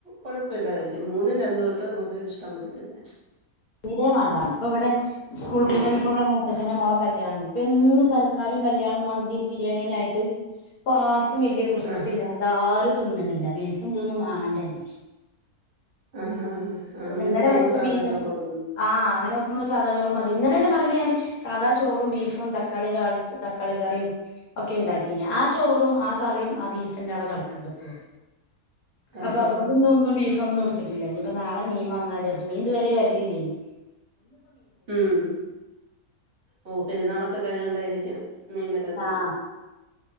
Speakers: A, on the right; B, on the left.
A: കൊഴപ്പില്ലാതെ കഴിക്കും മൂന്നിന്റെ അന്ന് തൊട്ട് നമുക്ക് ഇഷ്ടം പറ്റത്തില്ല
B: ഇടേം വേണ്ട ഇപ്പ ഇവിടെ സ്കൂൾ പൂട്ടല്
A: ഉം
B: ഇപ്പ ഇവിടെ ശന്റെ മോള കല്യാണേന് ഇപ്പൊ എന്നും സൽക്കാരും കല്യാണോം മന്തീം ബിരിയാണീന്നായിട്ട് ഇപ്പൊ ആർക്കും വലിയ പുർസത്തില്ല
A: ആഹ്
B: അതാരും തിന്നണില്ല ബീഫും തിന്നും മാണ്ടെന്
A: ആഹ് ആ
B: പിന്നെ
A: അന്നേരം
B: ഇന്നലെ
A: തോന്നും
B: വെച്ച
A: സാധാ
B: ബീഫിന്
A: ചോറ് മതീന്ന്
B: ആഹ് അങ്ങനെ നോക്കുമ്പോ സാധാ ചോറ് മതി ഇന്നനെന്ന് പറയുമ്പോ ഞാന് സാധാ ചോറും ബീഫും തക്കാളി കാളിച്ച് തക്കാളി കറിയും ഒക്കെ ഉണ്ടാക്കീന ആ ചോറും ആ കറിയും ആ ബീഫ്ന്ന അവിടെ കിടക്കണ്ട്പ്പോ
A: ആഹ്
B: അപ്പൊ അതൊണ്ട്ന്നൊന്നും
A: ആഹ്
B: ബീഫൊന്നും എടുത്തിട്ടില്ല ഇനി ഇപ്പൊ നാളെ മീൻ വാങ്ങാ വിചാരിച്ച് മീൻ ഇതുവരെ വരണില്ലേനി
A: ഉം ഓ പെരുന്നാളൊക്കെ കഴിഞ്ഞോണ്ടായിരിക്കും മീൻ വരാത്തത്
B: ആഹ്